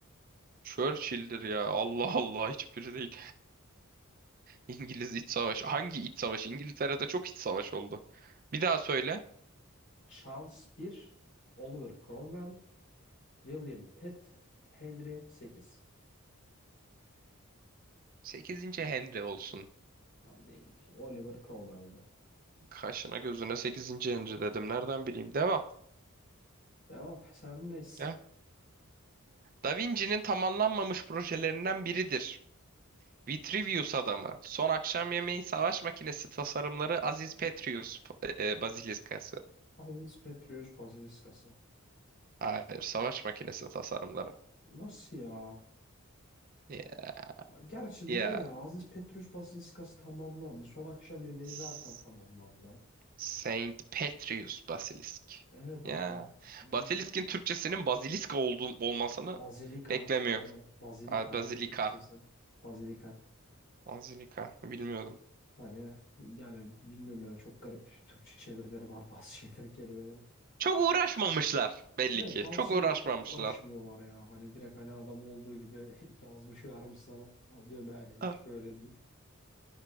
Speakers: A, on the right (about 40°); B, on the left (about 50°).
A: Churchill'dir ya. Allah Allah hiçbiri değil. İngiliz İç Savaşı. Hangi İç Savaşı? İngiltere'de çok iç savaş oldu. Bir daha söyle.
B: Charles I, Oliver Cromwell, William Pitt, Henry VIII.
A: Sekizinci Henry olsun.
B: Abi değil. Oliver Cromwell'dı.
A: Kaşına gözüne sekizinci Henry dedim. Nereden bileyim? Devam.
B: Devam. Sendeyiz.
A: Ya. Da Vinci'nin tamamlanmamış projelerinden biridir. Vitruvius adamı. Son akşam yemeği savaş makinesi tasarımları Aziz Petrus e, Bazilikası.
B: Aziz Petrus Basiliskası.
A: Hayır, savaş makinesi tasarımları.
B: Nasıl ya?
A: Ya.
B: Gerçi doğru
A: ya.
B: ya. Aziz Petrus Basiliskası tamamlandı. Son akşam yemeği
A: S-
B: zaten tamamlandı.
A: Saint Petrus Basilisk.
B: Evet abi.
A: Ya.
B: Evet.
A: Basilisk'in Türkçesinin baziliska olduğu olmasını
B: Bazilika.
A: beklemiyor.
B: Aynen. Bazilika
A: Ha,
B: abi
A: Bazilika.
B: Türkçesi. Bazilika.
A: Bazilika. Bilmiyordum.
B: Hani yani bilmiyorum ya çok garip Türkçe çevirileri var <laughs> bazı şeyleri kelimelerin.
A: Çok uğraşmamışlar belli
B: Evet
A: ki.
B: bazı
A: Çok
B: şeyleri
A: uğraşmamışlar.
B: çok uğraşmıyorlar ya. Hani direkt hani adam olduğu gibi <laughs> yazmış vermiş sana. Al diyor böyleymiş
A: Ha.
B: böyle deyip.